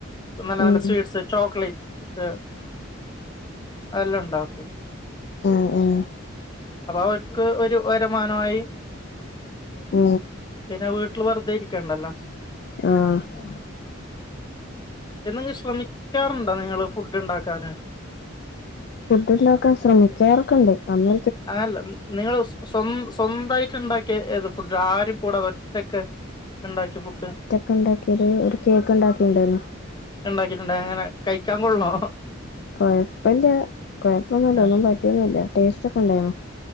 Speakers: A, on the left; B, on the left.
A: നല്ല
B: ഉം
A: നല്ല സ്വീറ്റ്സ്. ചോക്ലേറ്റ് അതെല്ലാം ണ്ടാക്കും.
B: ഉം ഉം.
A: അപ്പൊ അവർക്ക് ഒരു വരുമാനമായി
B: ഉ
A: പിന്നെ വീട്ടില് വെറുതെ ഇരിക്കണ്ടല്ലോ
B: ആഹ്
A: എന്തെങ്കിലും ശ്രമിക്കാറുണ്ടോ നിങ്ങള് ഫുഡ് ഇ ണ്ടാക്കാന്
B: ഫുഡ് ഉണ്ടാക്കാൻ ശ്രമിക്കാറൊ ക്കണ്ട് അന്ന്
A: അയല്ല നിങ്ങള് സ്വ സ്വന്തായിട്ട് ഉണ്ടാക്കി ഏത് ഫുഡ് ആരും കൂടെ ഒറ്റക്ക് ഉണ്ടാക്കി യ ഫുഡ്
B: ഒറ്റക്ക ഉണ്ടാക്കിയത് ഒരു കേക്ക് ഉണ്ടാക്കിണ്ടായിരുന്നു
A: ഉണ്ടാക്കിട്ടുണ്ട് അങ്ങനെ കഴിക്കാൻ കൊള്ളോ
B: കുഴപ്പഇല്ല കുഴപ്പമൊന്നുല്ല
A: ആ
B: ഒന്നും പറ്റിയൊന്നുഇല്ല ടേസ്റ്റ് ഒക്കെ ഉണ്ടായിരുന്നു